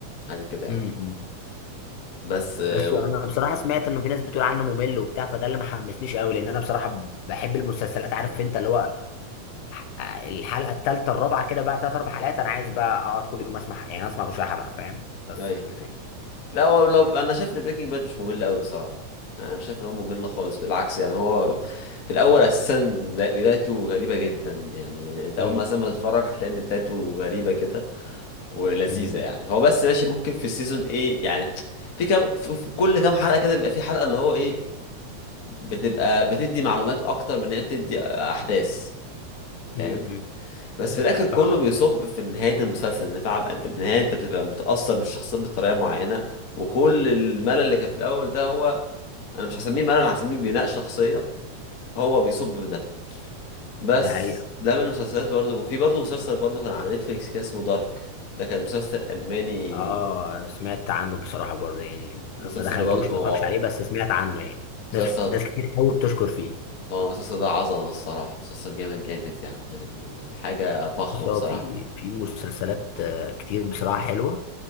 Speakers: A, on the left; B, on the left.
A: حاجة كده يعني
B: م- م.
A: بس آه،
B: بس
A: و...
B: انا بصراحه سمعت ان في ناس بتقول عنه ممل وبتاع فده اللي ما حمسنيش قوي لان انا بصراحه بحب المسلسلات عارف انت اللي هو الحلقه الثالثه الرابعه كده بقى ثلاث اربع حلقات انا عايز بقى اقعد كل يوم اسمع يعني اسمع كل شويه حلقه فاهم بس
A: ايوه
B: الفكره
A: لا هو لو انا شايف ان بريكنج باد مش ممل قوي بصراحة انا مش شايف ان هو ممل خالص بالعكس يعني هو في الاول اساسا بدا- بدايته غريبة جدا يعني انت
B: امم
A: اول ما اساسا ما تتفرج هتلاقي ان بدايته غريبة كده ولذيذه
B: امم
A: يعني هو بس ماشي ممكن في السيزون ايه يعني في كام في في كل كام حلقه كده بيبقى في حلقه اللي هو ايه بتبقى بتدي معلومات اكتر من ان هي بتدي احداث فاهم
B: امم
A: بس في الاخر كله
B: اه
A: بيصب في نهايه المسلسل ان فعلا في النهايه انت بتبقى متاثر بالشخصيات بطريقه معينه وكل الملل اللي كان في الاول ده هو انا مش هسميه ملل أنا هسميه بناء شخصيه هو بيصب في ده بس
B: ده حقيقي
A: ده من المسلسلات اللي برضه وفي برضه مسلسل برضه كان على نتفليكس كده اسمه دارك ده كان مسلسل الماني
B: اه انا سمعت عنه بصراحه برضه يعني
A: المسلسل
B: ما دخلتوش
A: ده برضو
B: ما اتفرجش عليه بس سمعت عنه يعني
A: مسلسل
B: ناس ناس كتير قوي بتشكر فيه
A: اه المسلسل ده عظمة الصراحة مسلسل جامد جامد يعني يعني حاجة فخمة
B: بص
A: بصراحة
B: هو في في مسلسلات آه، كتير بصراحه حلوه